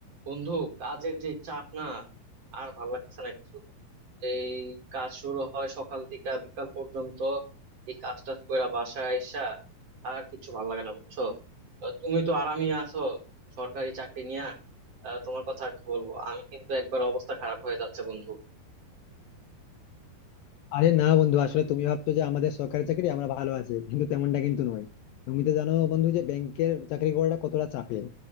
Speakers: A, on the right; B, on the left.
A: বন্ধু কাজের যে চাপ না আর ভাল লাগতেছে না কিছু এই কাজ শুরু হয় সকাল থেকে বিকাল পর্যন্ত এই কাজ টাজ কইরা বাসায় আইসা আর কিছু ভাল লাগে না বুঝছো আহ, তুমি তো আরামে আছো সরকারি চাকরি নিয়া আহ, তোমার কথা আর কি বলবো আমি কিন্তু একবার অবস্থা খারাপ হয়ে যাচ্ছে বন্ধু
B: আরে না বন্ধু আসলে তুমি ভাবছো যে আমাদের সরকারি চাকরি আমরা ভালো আছি কিন্তু তেমনটা কিন্তু নয় তুমি তো জানো বন্ধু যে ব্যাংকের চাকরি করাটা কতটা চাপের